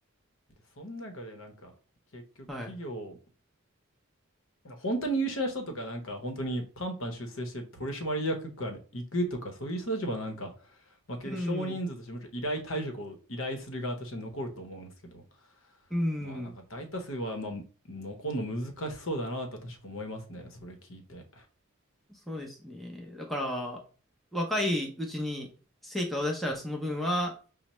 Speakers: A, on the left (about 65°); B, in the centre.
A: で、その中でなんか、結局企業、
B: はい。
A: 本当に優秀な人とか、なんか本当にパンパン出世して取締役から行くとか、そういう人たちはなんか、まあ、結局少人数としてもちろん依頼退職を依頼する側として残ると思うんですけど、
B: うん。うん。
A: まあなんか大多数はまあ残るの難しそうだなと確か思いますね、それ聞いて。
B: そうですね。だから、若いうちに成果を出したら、その分は、